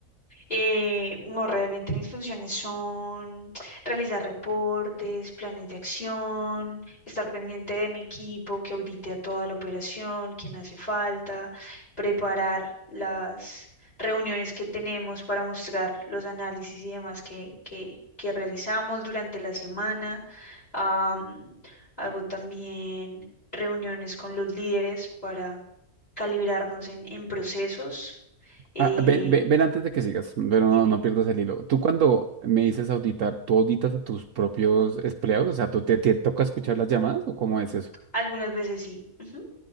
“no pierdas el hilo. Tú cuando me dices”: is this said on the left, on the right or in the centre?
Right